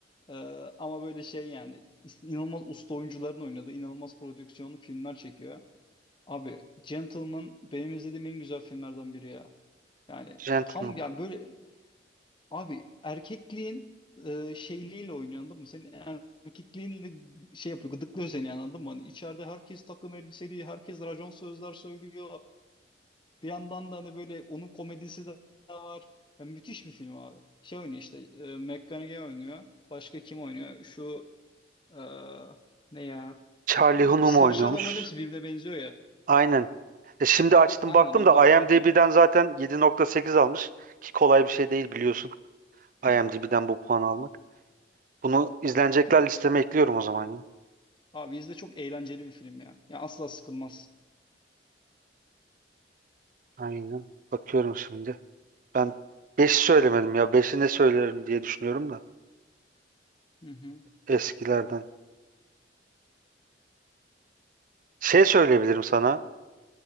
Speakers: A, on the left; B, on the right.
A: e, ama böyle şey yani inanılmaz usta oyuncuların oynadığı inanılmaz prodüksiyonlu filmler çekiyor. Abi Gentleman benim izlediğim en güzel filmlerden biri ya. Yani
B: Gentleman.
A: tam ya böyle Abi erkekliğin e, şeyliğiyle oynuyor anladın mı? Senin erkekliğinle şey yapıyor gıdıklıyor seni yani, anladın mı? Hani içeride herkes takım elbiseli, herkes racon sözler söylüyor. Bir yandan da hani böyle onun komedisi de var. Ya, müthiş bir film abi. Şey oynuyor işte e, McConaughey oynuyor. Başka kim oynuyor? Şu e, ne ya?
B: Charlie Hunnam
A: Sarışın
B: oynuyormuş.
A: adamların hepsi birbirine benziyor ya.
B: Aynen. E şimdi açtım
A: Aynen
B: baktım
A: onlar
B: da
A: falan
B: IMDb'den
A: oynuyor.
B: zaten 7.8 almış. Ki kolay bir şey değil biliyorsun. IMDb'den bu puanı almak. Bunu izlenecekler
A: Ya
B: listeme ekliyorum o zaman ya.
A: abi izle çok eğlenceli bir film ya. Ya asla sıkılmaz.
B: Aynen. Bakıyorum şimdi. Ben 5 söylemedim ya. beşi ne söylerim diye düşünüyorum da.
A: Hı hı.
B: eskilerden. Şey söyleyebilirim sana.